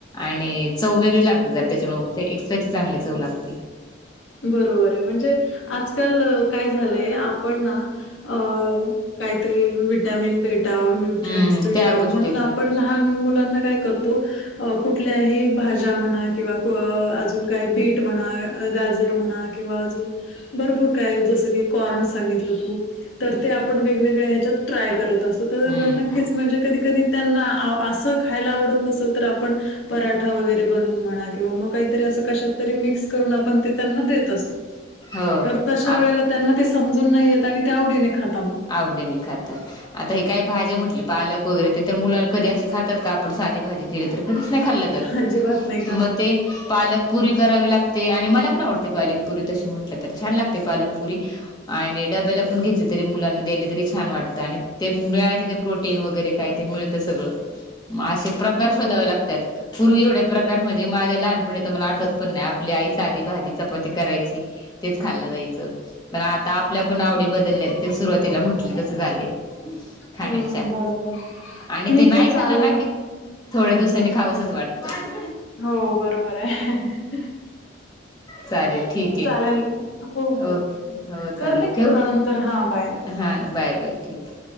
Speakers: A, on the left; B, on the left.
A: आणि चव वेगळी लागते. जार त्याच्यामुळे एक्स्ट्राचे चांगले चव लागते.
B: बरोबर आहे म्हणजे आजकाल काय झालंय आपण ना. अ काहीतरी विटमिन भेटा न्यट्रिंट्
A: हम्म
B: भेटा
A: त्या गोष्टीच
B: म्हणून आपण लहान मुलांना काय करतो. अ कुठल्याही भाज्या म्हणा किंवा अजून काय बीट म्हणा गाजर. जर महना किव्हा भरपूर काही जस कॉर्न सांगितलं तु तर
A: हम्म
B: ते आपण वेगवेगळ्या ह्याच्यात ट्राय करत असतो तर
A: हम्म
B: नक्कीच म्हणजे कधी कधी त्यांना असं खायला आवडत नसेल तर आपण पराठा वगैरे बनवून म्हणा किंवा मग काहीतरी असं कशात तरी मिक्स करून आपण ते त्यांना देत असतो
A: हो
B: तर ताशा
A: आ
B: वेळेला त्यांना ते समजून नाही येत आणि ते आवडीने खातात मग.
A: आवडीने खातात. आता हे काय भाज्या म्हटली पालक वगैरे ते तर मुला कधी असे खातात का आपण साधी भाजी केली तर. च नाही खाल्लंजात
B: अजिबात नाही खात.
A: मग ते पालक. पुरी करावी लागते आणि मला पण आवडते पालकपुरी तशी म्हटलं तर छान लागते पालकपुरी. आणि डब्याला पण घेतले तरी मुलांना दिली तरी छान वाटत आणि ते मिळायचे ते प्रोटीन वगैरे काय ते मिळतं सगळं. मग असे प्रकार
B: हो
A: शोधावे लागतात पूर्वी एवढे प्रकार कार म्हणजे माझ्या लहानपणी तर मला आठवत पण नाही आपली आई साधी भाजी चपाती करायची. तेच खाल्लं जायचं पण आता आपल्या पण आवडी बदलल्यात ते सुरवातीला म्हटल तस झालय खाण्याच्या
B: हम्म बरोबर.
A: आणि
B: ठीक
A: ते नाही
B: आहे चालेल.
A: खाल्लंना. थोड्या दिवसाांनी खावसच वाटतं.
B: हो बरोबर आहे.
A: चालेल ठीक आहे.
B: तर हो. हो.
A: ओके हो चालेल
B: करते मी
A: ठेव
B: तुला नंतर हा बाय बाय.
A: हा बाय बाय ठीक.